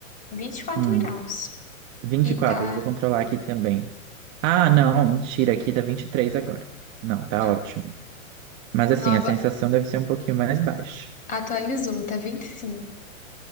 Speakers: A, on the left; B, on the right.
A: Vinte e quatro
B: Hum,
A: graus.
B: 24,
A: E tá.
B: eu vou controlar aqui também. Ah, não, mentira, aqui tá 23 agora. Não, tá
A: Ah,
B: ótimo. Mas
A: não,
B: assim,
A: agora
B: a sensação deve ser um pouquinho mais baixa.
A: atualizou, tá 25.